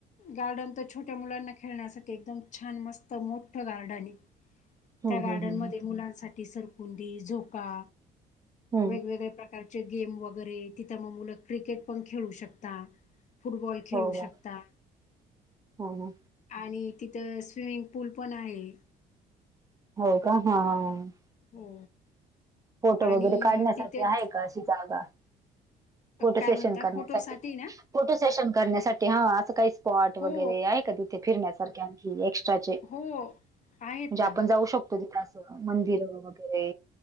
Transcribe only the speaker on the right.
हम्म
हम्म हम्म
हम्म.
हम्म
हो हो
हो हो
हो का? हा हा ह ह.
फोटो
वगैरे काढण्यासाठी
आहे का अशी जागा? फोटो
सेशन
करण्यासाठी.
फोटो सेशन करण्यासाठी हा असं काही स्पॉट
वगैरे आहे का तिथ? फिरण्यासारखे आणखी एक्स्ट्राचे?
म्हणजे
आपण जाऊ शकतो. तिथं असं मंदिर वगैरे?